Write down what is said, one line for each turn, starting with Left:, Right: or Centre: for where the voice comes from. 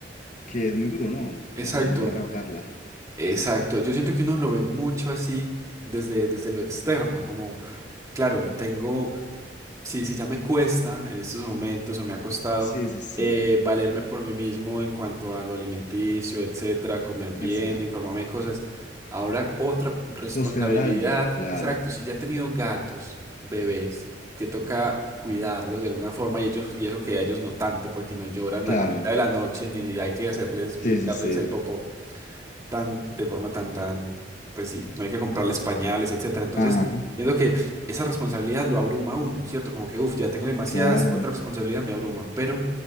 Left: que es muy duro, ¿no?
Right: exacto,
Left: Como no poder revocarla.
Right: exacto. Yo siento que uno lo ve mucho así desde, desde lo externo, como, claro, tengo si, si ya me cuesta en estos momentos o me ha costado
Left: Sí, sí, sí.
Right: eh, valerme por mí mismo en cuanto a lo alimenticio, etcétera, comer bien,
Left: Exacto.
Right: informarme de cosas, ahora otra responsabilidad,
Left: Sostener a alguien, claro.
Right: exacto, si ya he tenido gatos, bebés, que toca cuidarlos de alguna forma y ellos y eso que a ellos no tanto porque no lloran
Left: Claro.
Right: a la mitad de la noche ni hay que hacerles
Left: Sí,
Right: limpiarles
Left: sí, sí.
Right: el popó tan, de forma tan, tan, pues sí, no hay que comprarles pañales, etcétera. Entonces,
Left: Ajá,
Right: viendo que esa responsabilidad lo abruma a uno, ¿cierto? Como que, uff, ya tengo demasiadas,
Left: claro.
Right: otra responsabilidad me abruma. Pero